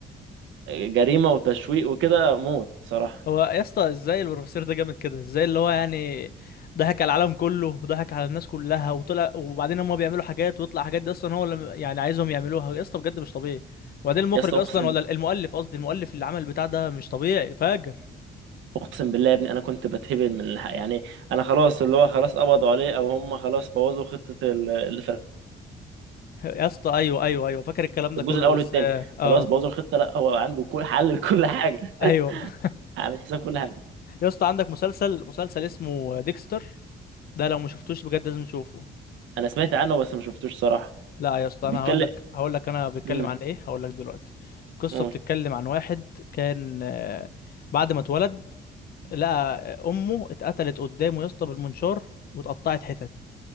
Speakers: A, on the right (about 75°); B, on the left (about 50°).
A: جريمة وتشويق وكده موت صراحة
B: هو يا اسطى ازاي البروفيسور ده جامد كده ازاي اللي هو يعني ضحك على العالم كله وضحك على الناس كلها وطلع وبعدين هم بيعملوا حاجات ويطلع حاجات دي أصلا هو اللي يعني عايزهم يعملوها يا اسطى بجد مش طبيعي وبعدين المخرج
A: يا اسطى
B: أصلا
A: اقسم
B: ولا المؤلف قصدي المؤلف اللي عمل البتاع ده مش طبيعي فاجر
A: اقسم بالله يا ابني انا كنت بتهبل من الحق يعني انا خلاص اللي هو خلاص قبضوا عليه او هم خلاص بوظوا خطه ال- اللي في
B: يا اسطى أيوه أيوه أيوه فاكر الكلام ده
A: الجزء
B: كله
A: الاول
B: بس
A: والثاني
B: آه,
A: خلاص
B: آه
A: بوظوا الخطه لا هو عنده كل حل لكل حاجه
B: أيوه
A: <laughs>
B: <laughs>
A: عامل حساب كل حاجه
B: يا اسطى عندك مسلسل مسلسل اسمه ديكستر ده لو ما شفتوش بجد لازم تشوفه
A: انا سمعت عنه بس ما شفتوش صراحه
B: لا يا اسطى
A: بيتكلم
B: انا هقول لك هقول لك انا بتكلم
A: امم
B: عن ايه هقول لك دلوقتي القصه
A: قول
B: بتتكلم عن واحد كان آه، بعد ما اتولد لقى آه، امه اتقتلت قدامه يا اسطى بالمنشار واتقطعت حتت